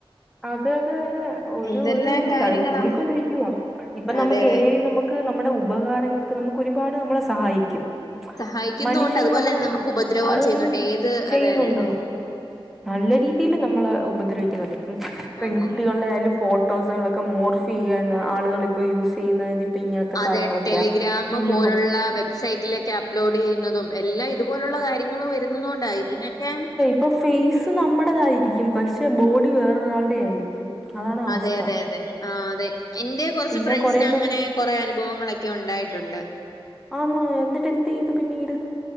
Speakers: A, in the centre; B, on the left.
A: അതെ അതെ അതെ ഒരു
B: എന്തെല്ലാം
A: ഒരു ഇതുല്ല
B: കാര്യങ്ങളാ
A: അത് കൂടിക്കൊണ്ടിരിക്കുവ ഇപ്പൊ നമുക്ക്
B: അതെ അതെ
A: ഏ ഐ നമുക്ക് ക് നമ്മുടെ ഉപകാരങ്ങൾക്ക് നമുക്ക് ഒരുപാട് നമ്മളെ സഹായിക്കും.
B: സഹായിക്കുന്നുണ്ട്
A: മനുഷ്യന്
B: അതുപോലെ
A: നമ്മൾ
B: തന്നെ
A: ന്ന
B: നമുക്ക് ഉപദ്രവവും
A: അതൊന്നും
B: ചെയ്യുന്നുണ്ട് ഏത്
A: ചെയ്യുന്നുണ്ടോ?
B: അതെ അതെ അതെ
A: നല്ല രീതിയില് നമ്മള് ഉപദ്രവിക്കുന്നുണ്ട്. ഇപ്പ പെൺകുട്ടികളുടെയാലും
B: അതെ
A: ഫോട്ടോസുകളൊക്കെ മോർഫ് ചെയ്യാൻ ആളുകൾ ഇപ്പോ യൂസ് ചെയ്യുന്നത് ഇപ്പൊ ഇങ്ങനത്തെ
B: അതെ
A: കാര്യങ്ങളൊക്കെയാ
B: ടെലിഗ്രാമ്
A: പിന്നിപ്പം
B: പോലുള്ള വെബ്സൈറ്റില് ക്കെ അപ്ലോഡ് ചെയ്യുന്നതും. എല്ലാം ഇതുപോലുള്ള കാര്യങ്ങളും വരുന്ന തൊണ്ടാ ഇതിനൊക്കെ
A: ഇപ്പോൾ ഫേസ് നമ്മുടേതായിരിക്കും. പക്ഷേ ബോഡി വേറൊരാളുടെ ആയിരിക്കും. അതാണ് അവസ്ഥ
B: അതെ അതെ അതെ ആ അതെ എൻറെ കുറച്ച്
A: പിന്നെ
B: ഫ്രണ്ട്സിനങ്ങനെ.
A: കൊറെ പേര്
B: കുറെ അനുഭവങ്ങളൊക്കെ ഉണ്ടായിട്ടുണ്ട്.
A: ആണോ എന്നിട്ട് എന്ത് ചെയ്തു പിന്നീട്?